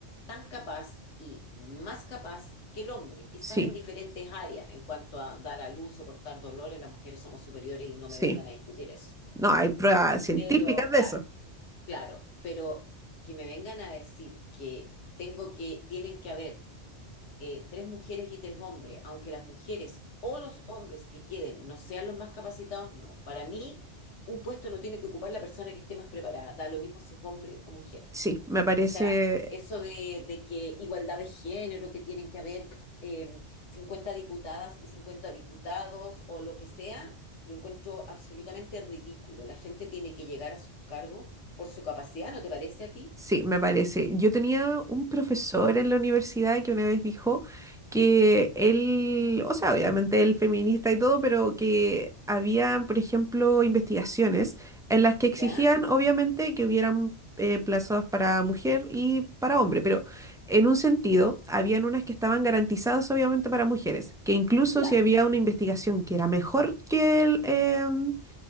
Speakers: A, on the left; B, in the centre.
A: tan capaz y más capaz que el hombre, quizás
B: sí,
A: en diferentes áreas, en cuanto a dar a luz, soportar dolores, las mujeres somos superiores y no
B: sí.
A: me vengan a discutir eso.
B: No, hay pruebas científicas
A: Pero,
B: de
A: claro,
B: eso.
A: claro, pero que me vengan a decir que tengo que, tienen que haber eh, tres mujeres y tres hombres, aunque las mujeres o los hombres que queden no sean los más capacitados, no. Para mí, un puesto lo tiene que ocupar la persona que esté más preparada, da lo mismo si es hombre o mujer.
B: Sí, me parece
A: O sea, eso de, de que igualdad de género, que tienen que haber eh, 50 diputadas y 50 diputados o lo que sea, lo encuentro absolutamente ridículo. La gente tiene que llegar a sus cargos por su capacidad, ¿no te parece a ti?
B: Sí, me parece. Yo tenía un profesor en la universidad que una vez dijo que él, o sea, obviamente él feminista y todo, pero que había, por ejemplo, investigaciones en las que exigían,
A: ¿Ya?
B: obviamente, que hubieran eh, plazas para mujer y para hombre, pero en un sentido, habían unas que estaban garantizadas, obviamente, para mujeres, que incluso
A: Claro.
B: si había una investigación que era mejor que el, em,